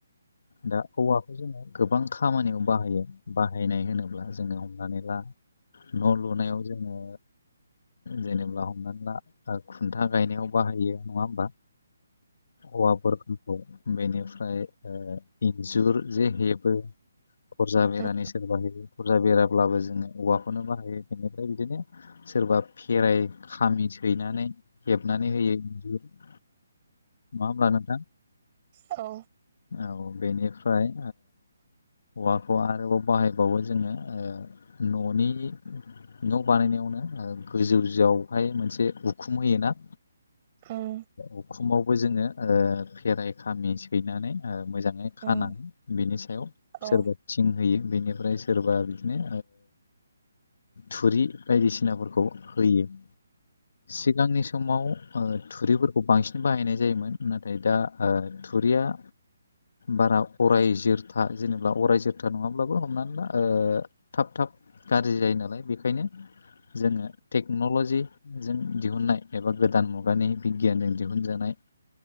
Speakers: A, on the left; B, on the right.
A: दा औवाखौ जोङो गोबां खामानियाव बाहायो बाहायनाय होनोब्ला जोङो हमनानै ला न' लुनायाव जोङो जेनेब्ला हमनानै ला खुन्था गायनायाव बाहायो नङा होमबा औवाफोरखौ बेनिफ्राय इन्जुर जे हेबो दरजा बेरानि
B: उम
A: सोर बाहायो फरजा बेराब्लाबो जोङो औवाखौनो बाहायो बेनिफ्राय बिदिनो सोरबा फेराइ खामि सैनानै हेबनानै होयो इन्जुर मा होमब्ला नोंथां
B: औ
A: औ बेनिफ्राय हौवाखौ आरोबाव बाहायबावो जोङो न'नि न' बानायनायावनो गोजौ जआवहाय मोनसे उखुम होयोना
B: उम
A: उखुमावबो जोङो खेराइ खामि सैनानै मोजाङै खानानै
B: उम
A: बिनि सायाव
B: औ
A: सोरबा थिं होयो बेनिफ्राय सोरबा बिदिनो थुरि बायदिसिनाफोरखौ होयो सिगांनि समाव ओ थुरिफोरखौ बांसिन बाहायनाय जायोमोन नाथाय दा थुरिया बारा अराय जोरथा जेनेबा अराय जोरथा नङाब्लाबो हमनानै ला थाब थाब गाज्रि जायो नालाय बेखायनो जोङो टेक्न'ल'जिजों दिहुननाय एबा गोदान मुगानि बिगियानजों दिहुनजानाय